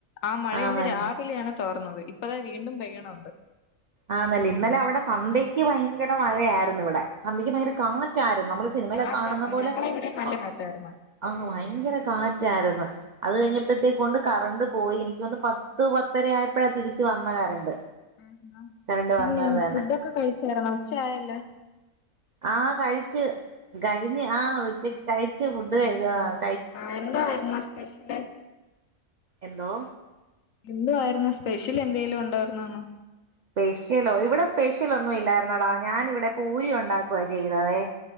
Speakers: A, on the left (about 75°); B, on the right (about 65°).
A: ആ മഴ
B: ആന്നല്ലേ
A: ഇന്ന് രാവിലെയാണ് തോർന്നത് ഇപ്പ ദാ വീണ്ടും പെയ്യണൊണ്ട്
B: ആന്നല്ലേ ഇന്നലെ അവിടെ സന്ധ്യയ്ക്ക് ഭയങ്കര മഴയാരുന്ന് ഇവിടെ സന്ധ്യക്ക് ഭയങ്കര
A: ആഹ്
B: കാറ്റായിരുന്നു നമ്മള് സിനിമയിലൊക്കെ
A: കാറ്റായിരുന്നു
B: കാണുന്ന പോലെ
A: ഞങ്ങളെ ഇവിടെ നല്ല
B: ആഹ്
A: കാറ്റായിരുന്നു
B: ആഹ് ഭയങ്കര കാറ്റായിരുന്നു അത് കഴിഞ്ഞപ്പോഴത്തേക്കൊണ്ട് കറണ്ട് പോയി എനിക്കൊന്ന് പത്ത് പത്തര ആയപ്പഴാ തിരിച്ചു വന്ന കറണ്ട്
A: ആഹ്
B: കറണ്ട്
A: പിന്നെ
B: വന്നത് തന്നെ
A: ഫുഡൊക്കെ കഴിച്ചാര്ന്നാ ഉച്ച ആയല്ല
B: ആഹ് കഴിച്ച് കഴിഞ്ഞ് ആഹ് ഉച്ചക്ക് കഴിച്ചു ഫുഡ് ക ആഹ്
A: ആഹ് എന്തോ ആയിരുന്നു സ്പെഷ്യല്
B: എന്തോ
A: എന്തോ ആയിരുന്ന് സ്പെഷ്യലെന്തേലും ഉണ്ടായിരുന്നാന്ന്
B: സ്പെഷ്യലോ ഇവിടെ സ്പെഷ്യൽ ഒന്നും ഇല്ലാരുന്നെടാ ഞാനിവിടെ പൂരി ഉണ്ടാക്കുവ ചെയ്തതെ